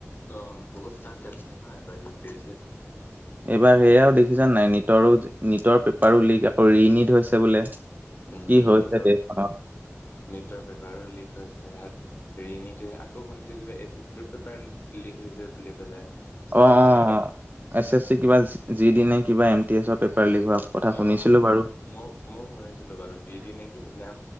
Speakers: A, on the left; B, on the right.
A: অ', বহুত টান কাটিছে ন, এইবাৰ ইউ পি এছ চিত?
B: এইবাৰ সেয়া দেখিছা নাই নিটৰো-নিটৰ পেপাৰো লিক আকৌ ৰি নিট হৈছে বোলে।
A: উম,
B: কি হৈছে
A: নিটৰ-নিটৰ
B: দেশখনত
A: পেপাৰো লিক হৈছে তাহাদ ৰিনিট, আকৌ শুনিছোঁ কিবা এছ এছ চিৰো পেপাৰ লিক হৈছে বুলি পেলাই। চব
B: অ',
A: পেপাৰ
B: অ',
A: এবাৰ
B: এছ এছ চি কিবা যিদি নে কিবা এম টি এছৰ পেপাৰ লিক হোৱা কথা শুনিছিলো
A: অ'।
B: বাৰু
A: মইও-মইও শুনিছিলোঁ বাৰু দি-দি নে কি, সেইদিনা